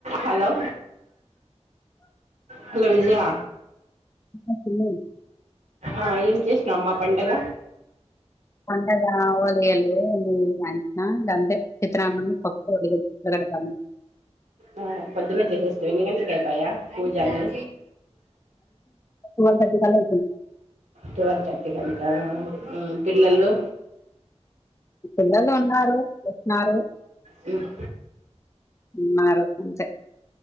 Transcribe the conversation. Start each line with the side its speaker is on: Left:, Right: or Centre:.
Right: అలో hello Vijaya
Left: ఆ తిన్నా
Right: ఆ ఏం చేస్నవ్ అమ్మ పండగ
Left: పండగా ఓలిగలు <unintelligible> గంతే చిత్రాన్నం, పప్పు, ఓలిగలు <unintelligible>
Right: ఆ పొద్దున్నె చేసేస్థివా ఎన్ని గంట్లకి అయ్పాయ పూజ అన్ని
Left: ట్వెల్వ్ థర్టీ కల్లా
Right: టువల్ థర్టీ కంతా పిల్లలు
Left: ఈ పిల్లలు ఉన్నారు వచ్చినారు
Right: హ్మ్
Left: ఉన్నారు అంతే